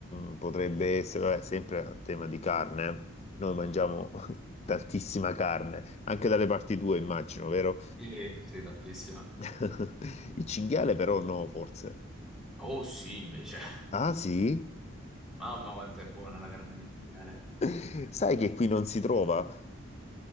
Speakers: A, on the left (about 30°); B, in the centre.
A: mm, potrebbe essere, vabbè, sempre a tema di carne, eh. noi mangiamo <laughs> tantissima carne, anche dalle parti tue immagino, vero?
B: Sì, sì, tantissima.
A: <laughs> Il cinghiale però no, forse.
B: Oh sì, invece. <laughs>
A: Ah sì?
B: Mamma quanto è buona la carne di cinghiale.
A: <laughs> Sai che qui non si trova?